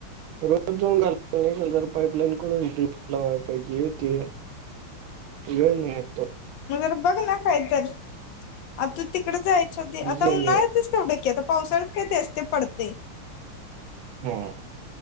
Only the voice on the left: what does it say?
र बघ ना काय तर आ तू तिकडे जायच हो ते
आता
उन्हाळ्यातच
तेवढं की आता पावसाळ्यात काय ते असते पडते